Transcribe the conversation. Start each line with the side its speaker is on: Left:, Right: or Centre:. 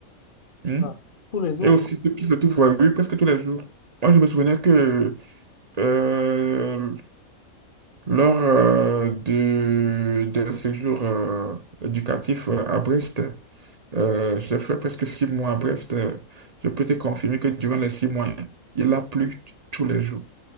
Right: Hmm.
Left: Ah, tous les jours.
Right: Et aussi, ceux qui se trouvent, oui, presque tous les jours. Moi, je me souvenais que euh, Lors euh, de, d'un séjour euh, éducatif euh, à Brest, euh, j'ai fait presque six mois à Brest. euh, Je peux te confirmer que durant les six mois, il a plu tous les jours.